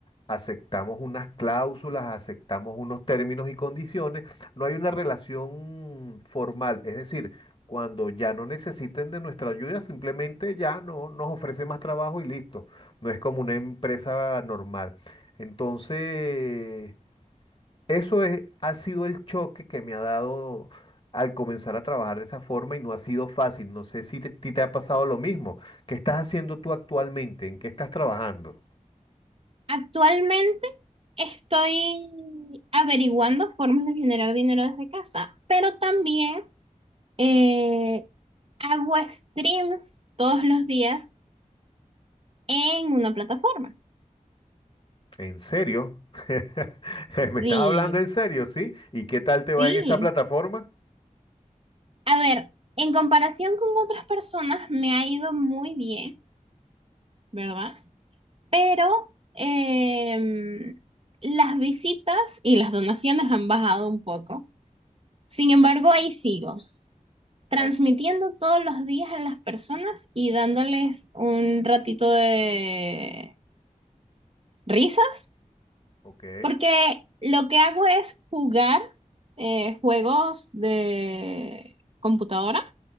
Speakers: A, on the left; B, on the right.
A: aceptamos unas cláusulas, aceptamos unos términos y condiciones, no hay una relación formal. Es decir, cuando ya no necesiten de nuestra ayuda, simplemente ya no nos ofrece más trabajo y listo. No es como una empresa normal. Entonces... Eso es, ha sido el choque que me ha dado al comenzar a trabajar de esa forma y no ha sido fácil. No sé si te, ti te ha pasado lo mismo. ¿Qué estás haciendo tú actualmente? ¿En qué estás trabajando?
B: Actualmente estoy averiguando formas de generar dinero desde casa, pero también eh, hago streams todos los días en una plataforma.
A: ¿En serio? <laughs> ¿Me
B: Sí,
A: estás hablando en serio, sí? ¿Y qué tal
B: sí.
A: te va en esa plataforma?
B: A ver, en comparación con otras personas me ha ido muy bien, ¿verdad? Pero em, las visitas y las donaciones han bajado un poco. Sin embargo, ahí sigo, transmitiendo
A: O-
B: todos los días a las personas y dándoles un ratito de risas,
A: ok,
B: porque lo que hago es jugar eh, juegos de computadora